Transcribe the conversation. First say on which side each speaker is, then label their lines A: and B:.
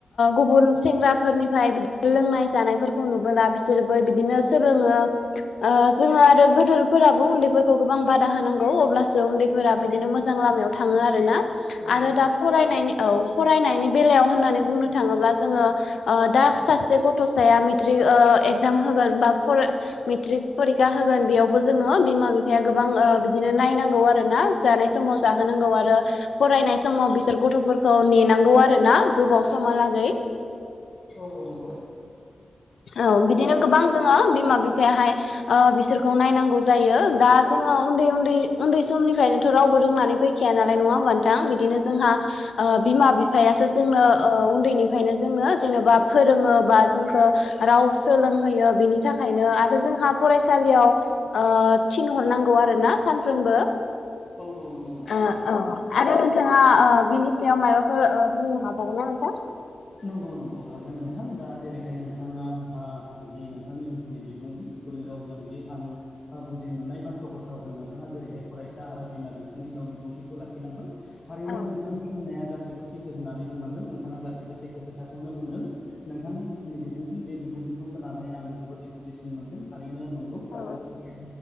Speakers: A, on the left (about 80°); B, on the left (about 35°).
A: गुबुन सेंग्राफोरनिफ्राय बिदि लोंनाय । जानायफोरखौ नुबोला बिसोरबो बिदिनो सोलोङो जोङो आरो गोदोरफोराबो उन्दैफोरखौ गोबां बादा होनांगौ अब्लासो उन्दैफोरा बिदिनो मोजां लामायाव थाङो आरोना
B: औ
A: आरो दा फरायनायनि औ फरायनायनि बेलायाव होननानै बुंनो थाङोब्ला जोङो दा सासे गथ' गथ'स मेट्रिक एगजाम होगोन बा मेट्रिक फरिखा होगोन बेयाव जोङो बिमा बिफाया गोबां बिदिनो नायनांगौ आरो ना जानाय समाव जाहोनांगौ आरो । फरायनाय समाव बिसोर गथ'फोरखौ नेनांगौ आरो ना गोबाव समहालागै ।
B: औ नांगौ ।
A: औ बिदिनो गोबां दोङो बिमा बिफायाहाय । बिसोरखौ नायनांगौ जायो दा जोङो उन्दै उन्दै उन्दै समनिफ्रायनोथ' रावबो रोंनानै फै खाया नालाय नङा होनबा नोथां बिदिनो जोंहा बिमा बिफायासो जोंनो उन्दैनिफ्रायनो जोंनो जेनेबा फोरोङो बा जोंखौ राव सोलोंहोयो बेनि थाखायनो आरो जोंहा फरायसालियाव थिनहरनांगौ आरो ना सानफ्रोमबो
B: औ नंगौ नंगौ
A: औ
B: थारैनो
A: आरो नोंथाङा बिनि सायाव मायाबाफोर बुंनो हाबावगोन ना नोंथां?
B: नंगौ नंगौ हागोन नोंथां दा जेरैहाय नोंथाङा । जि नोंथांनि जिखिनि बिबुंथि बुरै रावजों जे आं । बुजि मोननाय बा सहस रावजों नोंथाङा जेरैहाय फरायसा आरो बिमा बिफानि सायाव बिबुंथिखौ लाखि । बाय थारैनो
A: औ
B: नोंथांनि बुंनाया गासिबो सैथो होननानै बुंनांगोन नोंथाङा गासिबो । सैखो खोथाखौनो बुंदों नोंथांनि जिखिनि बिबुंथि बे बिबुंथिखौ । होनानै आंबो जोबोद इन्सपिरेसन मोनदों थारैनो नंगौ गासैबो
A: औ
B: खोथाय